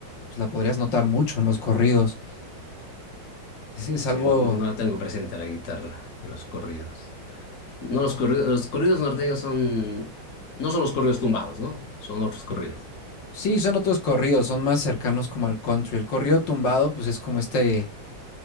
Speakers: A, on the left; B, on the left.
A: pues la podrías notar mucho en los corridos. Es, es
B: Sí,
A: algo,
B: no, no, no la tengo presente la guitarra de los corridos. No, los corridos, los corridos norteños son, no son los corridos tumbados, ¿no? Son otros corridos.
A: sí, son otros corridos, son más cercanos como al country. El corrido tumbado pues es como este